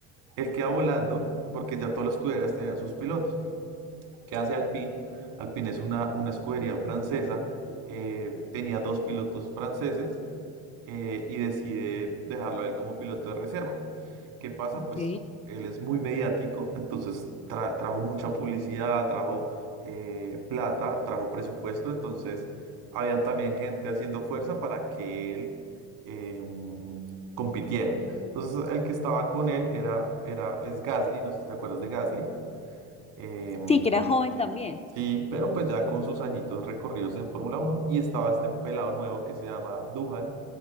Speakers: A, on the right (about 75°); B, on the left (about 15°).
A: él queda volando porque ya todas las escuderías tenían sus pilotos. ¿Qué hace Alpine? Alpine es una, una escudería francesa, eh, tenía dos pilotos franceses eh, y decide dejarlo a él como piloto de reserva. ¿Qué pasa?
B: Ok.
A: Pues él es muy mediático, entonces tra- trajo mucha publicidad, trajo eh, plata, trajo presupuesto, entonces había también gente haciendo fuerza para que él em, compitiera. Entonces el que estaba con él era, era, es Gasly, no sé si te acuerdas de Gasly. em,
B: Sí, que era joven también.
A: Sí, pero pues ya con sus añitos recorridos en Fórmula Uno y estaba este pelado nuevo que se llama Duhan,